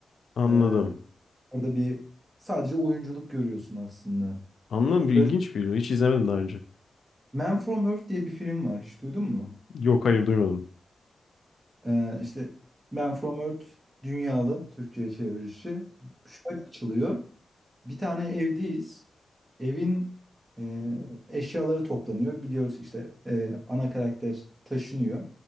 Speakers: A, on the left (about 65°); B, on the right (about 15°).
A: anladım.
B: e, orada bir sadece oyunculuk görüyorsun aslında.
A: Anladım. Bir İlginç
B: Böyle
A: bir video. Hiç izlemedim daha önce.
B: Man From Earth diye bir film var. Hiç duydun mu?
A: Yok hayır duymadım.
B: Ee, işte Man From Earth dünyalı Türkçe'ye çevirişi şöyle açılıyor. Bir tane evdeyiz. Evin e, eşyaları toplanıyor. Biliyoruz işte e, ana karakter taşınıyor.